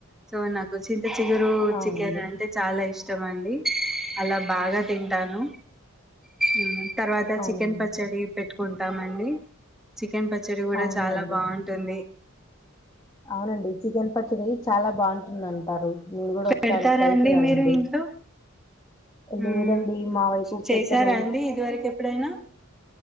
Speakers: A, in the centre; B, on the left.
A: సో నాకు చింత చిగురు
B: అవునండి
A: చికెన్ అంటే చాలా ఇష్టం ఇష్ట అండి అలా బాగా తంటను ఆ తర్వాత
B: అవును
A: చికెన్ పచ్చడి పెట్టుకుంటామం చ చికెన్ పచ్చడి కూడా
B: అవునండి
A: చాలా బాగుంటుంది
B: అవునండి చికెన్ పచ్చడి చాలా బాగుంటుంది మడి ారు నేను కూడా ఒకసారి
A: పెడతారా
B: ట్రై
A: అండి
B: చేయాలండి
A: మీరు ఇంట్లో మ్మ్
B: లేదండి మా వైపు
A: చేసారా
B: పెట్టరు
A: అండి ఇది వరకు ఎప్పుడైనా